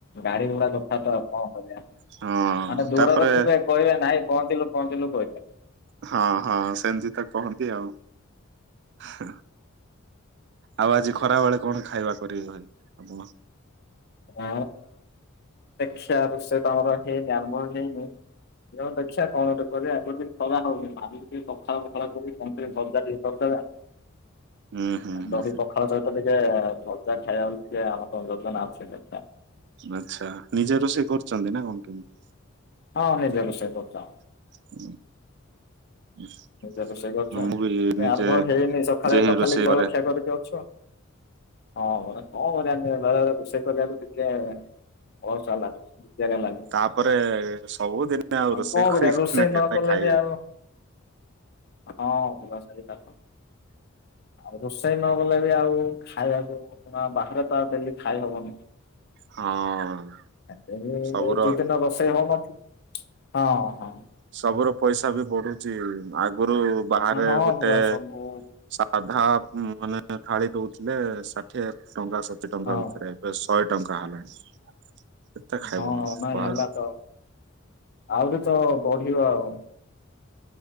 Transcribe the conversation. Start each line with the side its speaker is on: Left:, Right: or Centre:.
Left: ଗାଡି ଗୁଡା କଥା ତ କଣ କରିବା, ମାନେ
Right: ହଁ
Left: ଦୂର
Right: ତାପରେ
Left: ରେ ଥିବେ କହିବେ ନାଇଁ ପହଞ୍ଚିଲୁ ପହଞ୍ଚିଲୁ କହିବେ।
Right: ହଁ ହଁ ସେମିତି ତ କୁହନ୍ତି ଆଉ ହଁ ଆଉ ଆଜି ଖରା ବେଳେ କଣ ଖାଇବା କରିବେ ଭାଇ ଆପଣ?
Left: ହ ଦେଖିବା ରୋଷେଇ ତ ଆମର ହେଇନି ଆରମ୍ଭ ହେଇନି। ହଉ ଦେଖିିବା କଣ ଗୋଟେ କରିବା, ଜଦି ଖରା ହଉନିି ପଖାଳ ଫଖାଳ କରିକି, କଣ ଟିକେ ଭଜା ଟିକେ କରିଦେବା,
Right: ହୁଁ ହୁଁ ହୁଁ
Left: ଦହୀ ପଖାଳ ସହିତ ଟିକେ ସେ ଭଜା ଖାଇବାକୁ ଟିକେ ଆମର ଜେଜନା ଅଛି ହେଲେ
Right: ଆଚ୍ଛା ନିଯେ ରୋଷେଇ କରୁଛନ୍ତି ନା କଣ କେମିତି?
Left: ହଁ ନିଯେ ରୋଷେଇ କରୁଛ।
Right: <inaudible>
Left: ଏବେ ରୋଷେଇ କରୁଛ,
Right: ହଁ ମୁଁ ବି
Left: ଏବେ
Right: ନିଜେ
Left: ଆରମ୍ଭ ହେଇନି ସକାଳେ
Right: ନିଜେ ହିଁ
Left: ତ
Right: ରୋଷେଇ
Left: ଖାଲି ଜଳଖିଆ
Right: କରେ।
Left: କରିକି ଅଛୁ। ହଁ ପରା କଣ କରିବା ବେଳେବେଳେ ରୋଷେଇ କରିବାକୁ ଡି ଟିକେ ଅଳୁଶୁଆ ଲାଗୁଛି। ବିଜାରିଆ ଲାଗୁଛି।
Right: ତାପରେ ସବୁଦିନେ ଆଉ ରୋଷେଇ
Left: କଣ କରିବା
Right: କରିକି
Left: ରୋଷେଇ ନ
Right: କେତେ
Left: କଲେ
Right: ଖାଇବେ।
Left: ବି ଆଉ ହଁ ପରା ସେଇଟା ତ ଆଉ ରୋଷେଇ ନ କଲେ ବି ଆଉ ଖାଇବାକୁ ବାହାରେ ତ ଆଉ ଡେଲି ଖାଇ ହବନି।
Right: ହଁ
Left: ଏବେ ବି
Right: ସବୁର
Left: ଯୋଉ ଦିନ ରୋଷେଇ ହଉନ ହଁ, ହଁ।
Right: ସବୁର ପଇସା ବି ବଢୁଛି ଆଗରୁ ବାହାରେ
Left: ହଁ
Right: ଗୋଟେ
Left: ପୁରା ସବୁ
Right: ସାଧା ମାନେ ଥାଳି ଦଉଥିଲେ ଷାଠିଏ ଟଙ୍କା, ସତୁରି ଟଙ୍କା
Left: ହଁ
Right: ଭିତରେ। ଏବେ ଶହେ ଟଙ୍କା ହେଲାଣି। କେତେ ଖାଇବ
Left: ହଁ
Right: ଆଉ
Left: ନାଇଁ
Right: ବାହାର
Left: ହେଲା ତ, ଆହୁରି ତ ବଢିବ ଆଉ।